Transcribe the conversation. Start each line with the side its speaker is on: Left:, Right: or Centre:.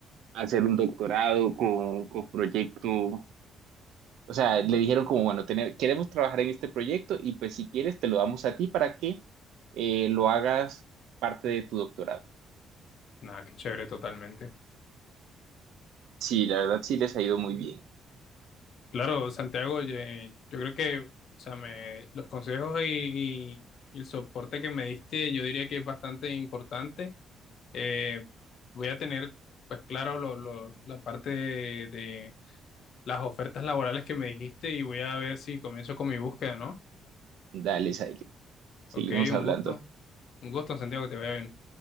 Right: hacer un doctorado con, con proyecto, o sea, le dijeron como, bueno, tener, queremos trabajar en este proyecto y pues si quieres te lo damos a ti para que eh, lo hagas parte de tu doctorado.
Left: Nada, qué chévere totalmente.
Right: Sí, la verdad sí les ha ido muy bien.
Left: Claro, Santiago, oye, yo creo que, o sea, me, los consejos y, y- y el soporte que me diste, yo diría que es bastante importante. Eh, voy a tener, pues claro, lo, lo- la parte de, de las ofertas laborales que me dijiste y voy a ver si comienzo con mi búsqueda, ¿no?
Right: Dale, Silent, seguimos
Left: Ok, un
Right: hablando.
Left: gusto. Un gusto, Santiago, que te vaya bien.